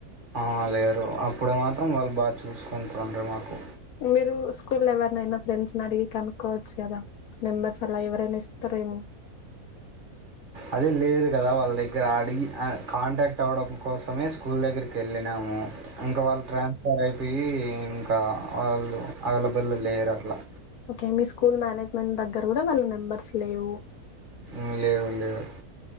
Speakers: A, on the right; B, on the left.
A: ఆ లేరు అప్పుడు మాత్రం వాళ్ళు బాగా చూసుకుంటుండ మాకు
B: మీరు స్కూల్ లో ఎవరినైనా ఫ్రెండ్స్ని అడిగి కనుక్కవచ్చు కదా నెంబర్స్ అలా ఇవరేన్ ఇస్త త్రరు ఏమో
A: అదే లేదు కదా వాళ్ళ దగ్గర దగ్గర అడిగి కాంటాక్ట్ అవ్వడం కోసమే స్కూల్ దగ్గరికి వెళ్ళినాము ఇంకా వాళ్ళు ట్రాన్స్ఫర్ అయి చెప్పి ఇంకా వాళ్ళు అవైలబ్లె లేరు అట్లా
B: ఓకే మీ స్కూల్ మేనేజ్మెంట్ దగ్గర కూడా వాళ్ళ నెంబర్స్ లేవు
A: హ్మ్ లేవు లేవు